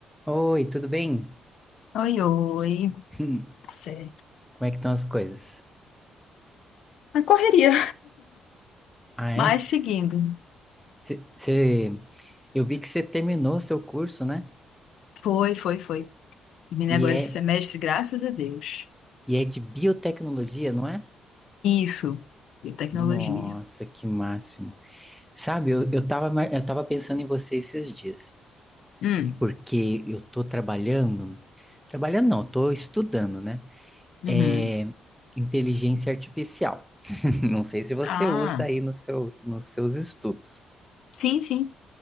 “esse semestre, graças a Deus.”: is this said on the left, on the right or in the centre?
Left